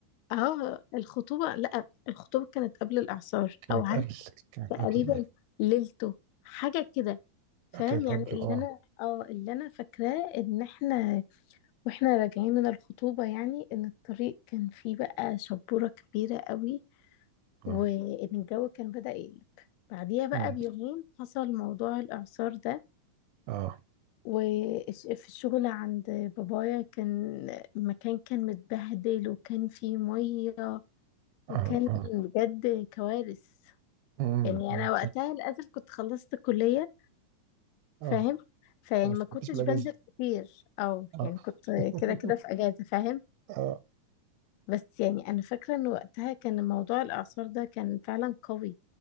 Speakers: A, on the left; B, on the right.
A: اه الخطوبة لأ الخطوبة كانت قبل الإعصار
B: كانت
A: أو عارف
B: قبل كانت
A: تقريبا
B: قبل
A: ليلته حاجة كده فاهم
B: لا كانت
A: يعني
B: قبل
A: اللي
B: اه
A: انا اه اللي انا فاكراه ان احنا واحنا راجعين من الخطوبة يعني ان الطريق كان فيه بقى شبورة كبيرة قوي
B: اه
A: وان الجو كان بدأ يقلب بعديها بقى
B: مم.
A: بيومين حصل موضوع الإعصار ده
B: اه
A: وفي الشغل عند بابايا كان المكان كان متبهدل وكان فيه مية
B: اه
A: وكان
B: اه
A: بجد كوارث
B: مم.
A: يعني
B: مم.
A: أنا وقتها للأسف كنت خلصت كلية
B: اه
A: فاهم فيعني
B: فما استفدتش
A: ما كنتش
B: بالاجازة
A: بنزل كتير او
B: اه
A: يعني كنت
B: <laughs>
A: كده كده في اجازه فاهم
B: اه
A: بس يعني انا فاكره ان وقتها كان موضوع الاعصار ده كان فعلا قوي